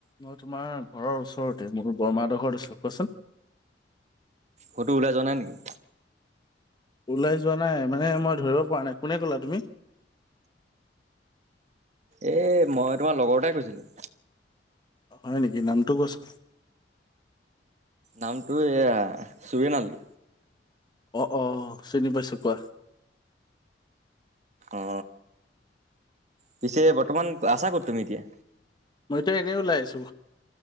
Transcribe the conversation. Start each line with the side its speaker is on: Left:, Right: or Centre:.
Left: মই তোমাৰ ঘৰৰ ওচৰতে মোৰ বৰমা হঁতৰ ঘৰত আছোঁ কোৱাচোন
Right: কটো ওলাই যোৱা নাই নেকি?
Left: ওলাই যোৱা নাই মানে মই ধৰিব পৰা নাই কোনে কলা তুমি? <inaudible>
Right: এ মই তোমাৰ লগৰ এটাই কৈছিলোঁ
Left: হয় নেকি? নামটো কোৱাচোন
Right: নামটো এইয়া চুৰেন আলি
Left: অ অ চিনি পাইছোঁ কোৱা
Right: অ পিছে বৰ্তমান আছা ক'ত তুমি এতিয়া?
Left: ত এনেই ওলাইছো।